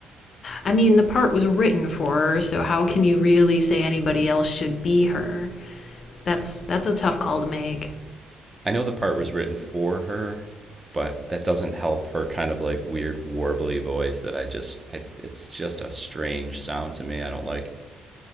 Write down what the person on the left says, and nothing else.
I mean, the part was written for her, so how can you really say anybody else should be her? That's that's a tough call to make.